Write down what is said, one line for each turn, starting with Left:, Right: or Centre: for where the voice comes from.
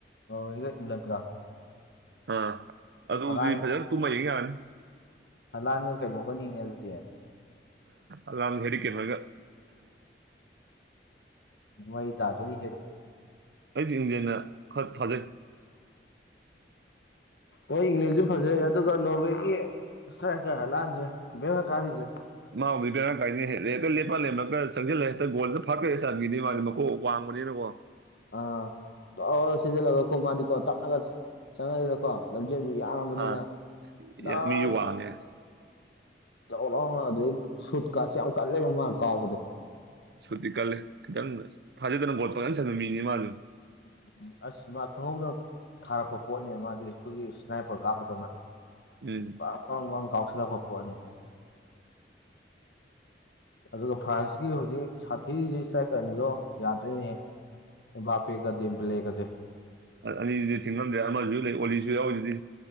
Left: ꯑꯣ ꯏꯒ ꯏꯪꯂ꯭ꯂꯟꯒ
Right: ꯑꯥ ꯑꯗꯨꯗꯤ
Left: ꯍꯂꯥꯟ
Right: ꯐꯖꯅ ꯇꯨꯝꯃꯌꯦ ꯌꯥꯅꯤ
Left: ꯂꯥꯟꯒ ꯀꯩꯅꯣꯒꯅꯤꯅꯦ ꯑꯗꯨꯗꯤ
Right: ꯑꯗꯨ ꯍꯦꯗꯤ ꯀꯨꯔꯒ
Left: ꯋꯥꯏ ꯆꯥꯗꯣ ꯍꯦꯗ
Right: ꯑꯩꯗꯤ ꯏꯟꯗꯤꯦꯅ ꯈꯔ ꯊꯥꯖꯩ
Left: ꯍꯣꯏ ꯏꯪꯂꯪꯂꯦꯟꯁꯨ ꯐꯖꯩ ꯑꯗꯨꯒ ꯅꯣꯔꯋꯦꯒꯤ ꯁꯇ꯭ꯔꯥꯏꯀꯔ ꯍꯂꯥꯜꯁꯦ ꯦꯔ ꯀꯔꯤꯁꯦ
Right: ꯃꯥ ꯎꯕꯤꯕꯔꯥ ꯀꯥꯏꯅ ꯍꯦ ꯍꯦ ꯂꯦꯞꯄ ꯂꯦꯝꯃꯒ ꯆꯪꯁꯤꯜꯂꯒ ꯍꯦꯛꯇ ꯒꯣꯗ ꯐꯥꯀꯦ ꯆꯥꯟꯕꯤꯅꯤ ꯃꯥꯗꯤ ꯑꯣ ꯋꯥꯡꯕꯅꯤꯅꯀꯣ
Left: ꯑꯥ ꯂ ꯁꯤꯖꯤꯜꯂꯒꯀꯣ ꯃꯥꯗꯤꯀꯣ ꯇꯞꯅꯒ ꯆꯪꯉꯅꯤꯗꯀꯣ ꯂꯝꯖꯦꯜꯁꯨ ꯌꯥꯝꯡꯉꯕꯅꯤꯅ
Right: ꯑꯥ
Left: ꯗꯔ
Right: ꯌꯥꯝ ꯃꯤꯁꯨ ꯋꯥꯡꯉꯦ
Left: ꯑꯧꯑꯣ ꯑꯗꯨꯗꯩ ꯁꯨꯠ ꯀꯥꯠꯁꯦ ꯌꯥꯝ ꯀꯜꯂꯦꯕ ꯃꯥ ꯀꯥꯎꯕꯗꯣ
Right: ꯁꯨꯇꯤ ꯀꯜꯂꯦ ꯈꯤꯇꯪ ꯐꯥꯖꯗꯅ ꯕꯣꯠ ꯄꯪꯒꯟ ꯁꯟꯕ ꯃꯤꯅꯤ ꯃꯥ ꯑꯗꯨꯝ
Left: ꯎꯝ ꯑꯁ ꯃꯥ ꯈꯪꯍꯧꯗꯅ ꯊꯥꯔꯛꯄ ꯄꯣꯠꯅꯦ ꯃꯥꯗꯤ ꯑꯩꯈꯣꯏꯒꯤ ꯏꯁꯅꯥꯏꯄꯔ ꯀꯥꯞꯄꯗꯧꯅ
Right: ꯎꯝ
Left: ꯄꯥ ꯋꯪ ꯋꯪ ꯀꯥꯎꯁꯤꯂꯛꯄ ꯄꯣꯠꯅꯤ ꯑꯗꯨꯒ ꯐ꯭ꯔꯥꯟꯁꯀꯤ ꯍꯧꯖꯤꯛ ꯁꯥꯊꯤꯁꯤ ꯏꯁꯇ꯭ꯔꯥꯏꯛ ꯀꯔ ꯑꯅꯤꯗꯣ ꯌꯥꯗ꯭ꯔꯤꯅꯦꯍꯦ ꯑꯦꯝꯕꯥꯞꯄꯦꯒ ꯗꯦꯝꯕꯦꯂꯦ ꯒꯖꯦ
Right: ꯑ ꯑꯅꯤꯁꯤꯗꯤ ꯊꯤꯡꯉꯝꯗ꯭ꯔꯦ ꯑꯃꯁꯨ ꯂꯩ ꯑꯣꯂꯤꯁꯨ ꯌꯥꯎꯔꯤꯁꯤꯗꯤ